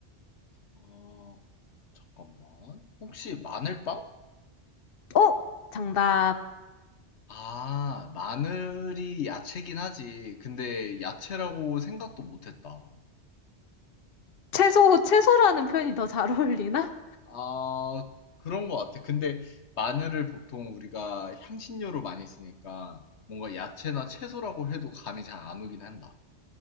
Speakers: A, on the left (about 75°); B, on the left (about 55°).
A: 어, 잠깐만. 혹시 마늘빵?
B: 어? 정답.
A: 아, 마늘이 야채긴 하지. 근데 야채라고 생각도 못했다.
B: 채소, 채소라는 표현이 더 잘 어울리나?
A: 아, 그런 것 같아. 근데 마늘을 보통 우리가 향신료로 많이 쓰니까 뭔가 야채나 채소라고 해도 감이 잘 안 오긴 한다.